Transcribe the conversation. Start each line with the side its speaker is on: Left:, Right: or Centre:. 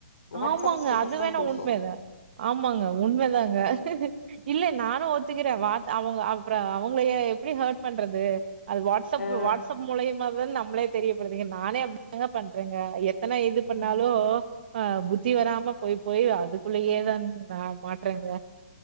Left: வாட்ஸ்அப்
Right: ஆமாங்க
Left: ஸ்டேட்டஸ்
Right: அது
Left: தா
Right: வேணா
Left: பேசு
Right: உண்மைதான் ஆமாங்க உண்மதாங்க ஹுஹு இல்ல நானு ஒத்துக்குற வாட் அவுங்க அவு அப்பறோ அவுங்கள எப்டி ஹேட் பண்றது அது வாட்ஸ்அப்
Left: ஆ
Right: வாடஸ்அப் மூலைய மதன் நம்ளே தெரியப்படுதிங் நானே அப்டி தாங்க பண்றேங்க எத் இப்பனா எது பண்ணாலு
Left: ம்
Right: ஆ புத்தி வராம போய் போய் அதுக்குள்ளயேதா நா மாட்றேங்க